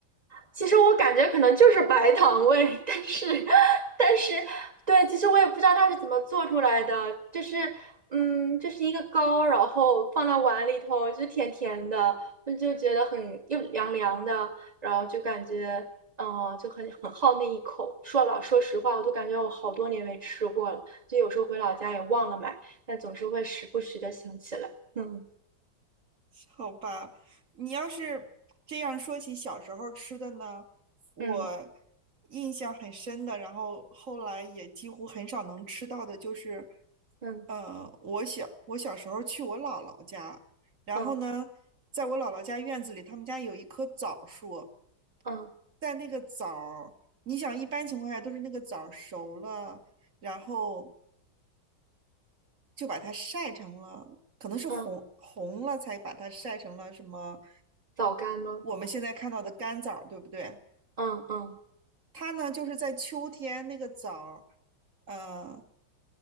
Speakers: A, on the right (about 20°); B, on the right (about 40°).
A: 其实我感觉可能就是白糖味，但是，但是，对，其实我也不知道它是怎么做出来的，就是，嗯，就是一个糕，然后放在碗里头，就甜甜的，我就觉得很又凉凉的，然后就感觉，嗯、就很很好那一口。说老说实话，我都感觉我好多年没吃过了，就有时候回老家也忘了买，但总是会时不时的想起来。嗯
B: <laughs> 好吧，你要是这样说起小时候吃的呢，我
A: 嗯
B: 印象很深的，然后后来也几乎很少能吃到的，就是，
A: 嗯
B: 呃，我小我小时候去我姥姥家，然后呢，
A: 嗯
B: 在我姥姥家院子里，他们家有一棵枣树，
A: 嗯
B: 在那个枣儿，你想一般情况下都是那个枣儿熟了，然后。就把它晒成了，可能是红红了才把它晒成了什么
A: 嗯，枣干吗？
B: 我们现在看到的干枣儿对不对？
A: 嗯嗯
B: 它呢就是在秋天那个枣儿，呃，